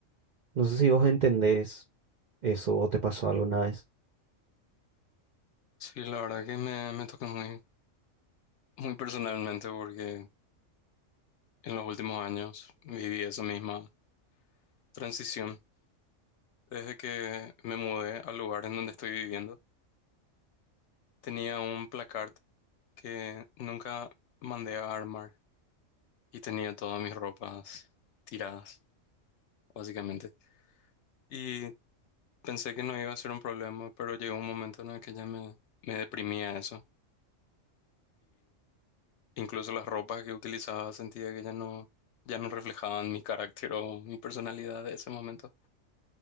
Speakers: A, on the right; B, on the left.
A: No sé si vos entendés eso o te pasó alguna vez.
B: Sí, la verdad que me, me toca muy, muy personalmente porque en los últimos años viví esa misma transición. Desde que me mudé al lugar en donde estoy viviendo, tenía un placard que nunca mandé a armar y tenía todas mis ropas tiradas, básicamente. Y pensé que no iba a ser un problema, pero llegó un momento en el que ya me, me deprimía eso Incluso las ropas que utilizaba sentía que ya no, ya no reflejaban mi carácter o mi personalidad de ese momento.